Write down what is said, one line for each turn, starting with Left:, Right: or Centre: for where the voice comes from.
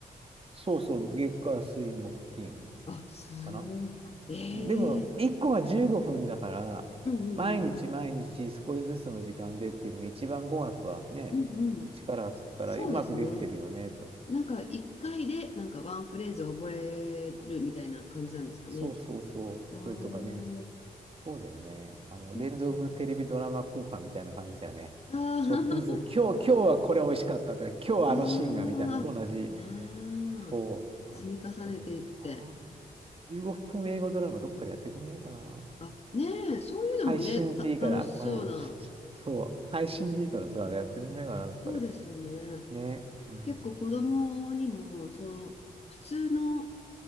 Right: そうそう、月火水木金
Left: あ、すごい。
Right: かな。
Left: ええ
Right: うんでも、1個が15分だから、
Left: うんうんうん
Right: 毎日毎日少しずつの時間でっていうのが一番語学はね、
Left: うん。うんうん。
Right: 力がつくから、
Left: そうですね。
Right: うまくできてるよね、と思う。
Left: なんか一回でなんかワンフレーズ覚えるみたいな感じなんですかね。
Right: そうそうそう。
Left: おー、
Right: それとかね、そうだよね。あの、
Left: そっか。
Right: 連続テレビドラマ効果みたいな感じだよね。
Left: あ
Right: ちょっとずつ、今日、今日はこれ美味しかったとか、今日はあのシーンがみたいなのと同じ。
Left: ー <laughs>、あー、あー、
Right: そ
Left: 積み重ねていって。
Right: う。そうだよな。15分英語ドラマどっかでやってくんないかな。
Left: あ、ねえ、そういうのもね、
Right: 配信でいいから。
Left: た、楽しそうな。
Right: うん。そう。配信でいいからさ、やってくんないかな、どっかで。
Left: そうですよね。
Right: ね。うん。
Left: 結構子供にも、そう、普通の、